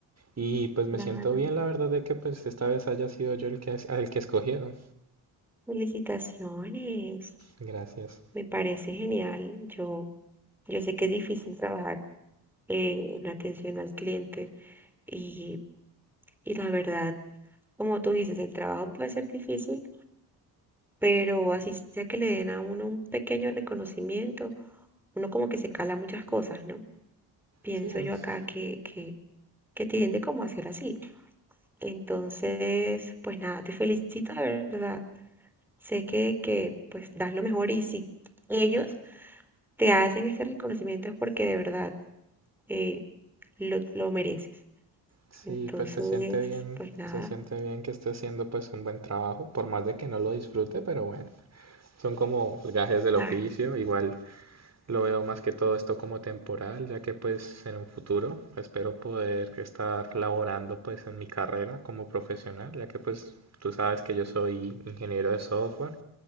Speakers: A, on the right; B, in the centre.
A: y pues me
B: claro.
A: siento bien, la verdad, de que pues esta vez haya sido yo el que, es- al que escogieron.
B: Felicitaciones.
A: Gracias.
B: Me parece genial. Yo, yo sé que es difícil trabajar eh, en atención al cliente Y, y la verdad, como tú dices, el trabajo puede ser difícil, pero así sea que le den a uno un pequeño reconocimiento, uno como que se cala muchas cosas, ¿no? Pienso
A: Sí, o
B: yo
A: s-
B: acá que, que, que tiende como a ser así. Entonces, pues nada, te felicito de verdad. Sé que, que pues das lo mejor y si ellos te hacen este reconocimiento es porque de verdad eh, lo, lo mereces.
A: sí,
B: Entonces,
A: pues se siente bien,
B: pues nada,
A: se siente bien que esté haciendo pues un buen trabajo, por más de que no lo disfrute, pero bueno. Son como gajes del
B: claro,
A: oficio, igual Lo veo más que todo esto como temporal, ya que pues en un futuro espero poder estar laborando pues en mi carrera como profesional, ya que pues tú sabes que yo soy ingeniero de software